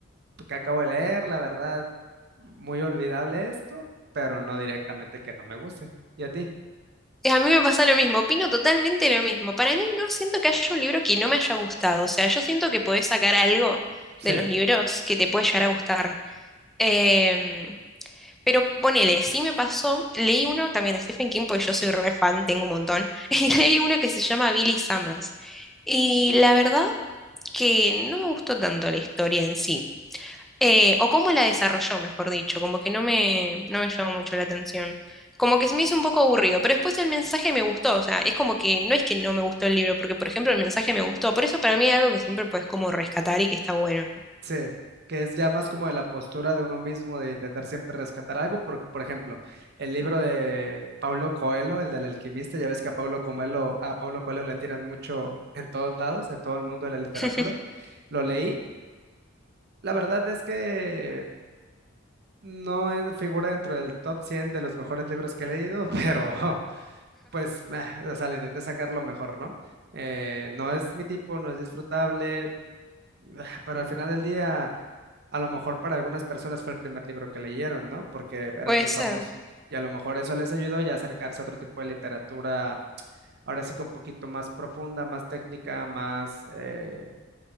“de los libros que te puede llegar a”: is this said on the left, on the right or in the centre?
Centre